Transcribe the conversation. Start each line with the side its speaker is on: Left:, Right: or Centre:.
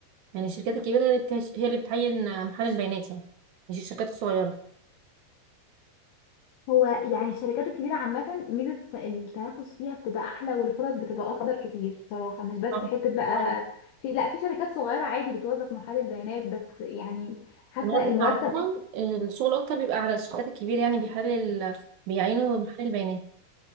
Right: يعني الشركات الكبيره هي اللي بتش... هي اللي بتعين محلل بيانات يعني مش الشركات الصغيره
Left: هو يعني الشركات الكبيرة عامة ميزة التنافس فيها بتبقى أحلى والفرص بتبقى أكتر كتير بصراحة مش بس
Right: آه.
Left: حتة بقى في لا في شركات صغيرة عادي بتوظف محلل بيانات بس يعني حتى
Right: انا قصدي
Left: المرتب
Right: عموما الشغل اكتر بيبقى على الشركات الكبيره يعني بيحلل بيعينوا محلل بيانات